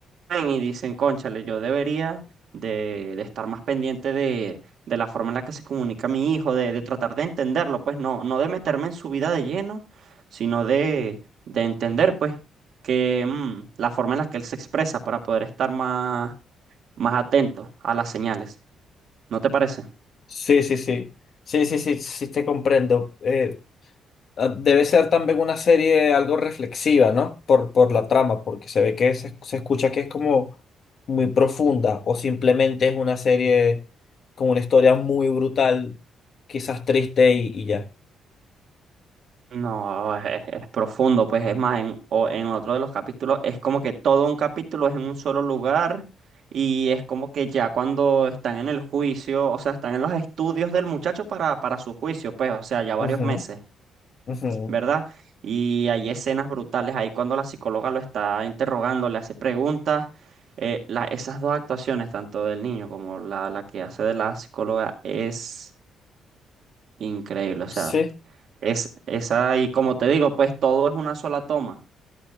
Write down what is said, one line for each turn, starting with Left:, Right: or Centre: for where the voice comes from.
Right: ven y dicen, cónchale, yo debería de, de estar más pendiente de, de la forma en la que se comunica mi hijo, de, de tratar de entenderlo, pues no, no de meterme en su vida de lleno, sino de, de entender, pues, que mm, la forma en la que él se expresa para poder estar más, más atento a las señales. ¿No te parece?
Left: Sí, sí, sí. Sí, sí, sí, sí, te comprendo. Eh, Ah, Debe ser también una serie algo reflexiva, ¿no? Por, por la trama, porque se ve que se, se escucha que es como muy profunda o simplemente es una serie con una historia muy brutal, quizás triste y, y ya.
Right: No, es, es profundo, pues es más, en, o- en otro de los capítulos es como que todo un capítulo es en un solo lugar y es como que ya cuando están en el juicio, o sea, están en los estudios del muchacho para, para su juicio, pues, o sea, ya varios
Left: Ujú,
Right: meses,
Left: ujú.
Right: ¿verdad? Y hay escenas brutales ahí cuando la psicóloga lo está interrogando, le hace preguntas. eh, la- esas dos actuaciones, tanto del niño como la, la que hace de la psicóloga, es increíble, o sea.
Left: Sí.
Right: Es esa, y como te digo, pues todo es una sola toma.